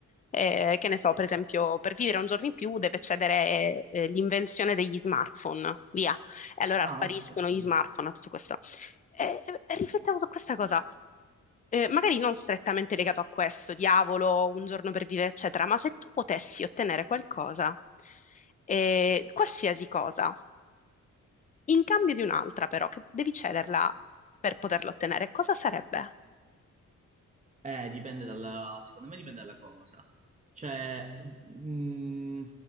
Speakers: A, on the left (about 25°); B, on the right (about 25°).
A: Eh, che ne so, per esempio, per vivere un giorno in più deve cedere eh, l'invenzione degli smartphone, via. E allora
B: Ah,
A: spariscono
B: ok.
A: gli smartphone a tutto questo. E, e riflettevo su questa cosa. Eh, magari non strettamente legato a questo, diavolo, un giorno per vivere, eccetera, ma se tu potessi ottenere qualcosa, eh, qualsiasi cosa, in cambio di un'altra però, che devi cederla per poterla ottenere, cosa sarebbe?
B: Eh, dipende dalla, secondo me dipende dalla cosa. Cioè, mh,